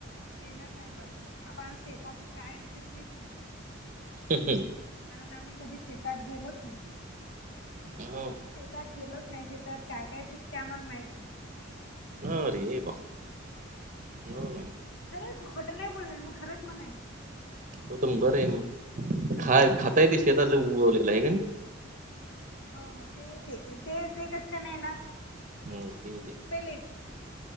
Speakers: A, on the left; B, on the right.
A: ते नाही माहित बाबा मा आम्हाला शेताच काय असत तेच नाही माहित.
B: हम हम.
A: कारण आम्ही कधी शेतात गेलोच नाही
B: हो का
A: शे तात गेलोच नाही शेतात काय काय पिकते आम्हाला माहित नाही.
B: अरे बा हो काय?
A: अरे खोटं नाही बोल मग खरंच मन
B: हो तर मग बरं आहे मग खा खाता येत शेतातलं
A: हम्म
B: उगवलेलं आहे का नाही.
A: हो हो ते येते ते ते कसं का नाही येणार.
B: हम ते येते
A: पहिले येत.